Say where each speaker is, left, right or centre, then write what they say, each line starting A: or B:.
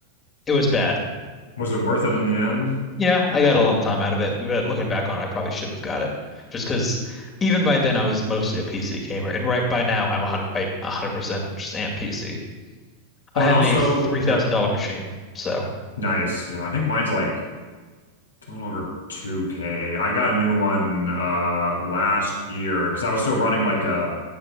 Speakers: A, on the left; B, on the left.
A: It was bad.
B: <laughs> Was it worth it in the end?
A: Yeah, I got a lot of time out of it, but looking back on it, I probably shouldn't have got it. Just because even by then I was mostly a PC gamer, and right by now I'm 100, I 100% just am PC. I
B: Oh, and
A: have
B: also,
A: a $3,000
B: yeah,
A: machine, so
B: nice. Yeah, I think mine's like a little over 2K. I got a new one uh last year because I was still running like a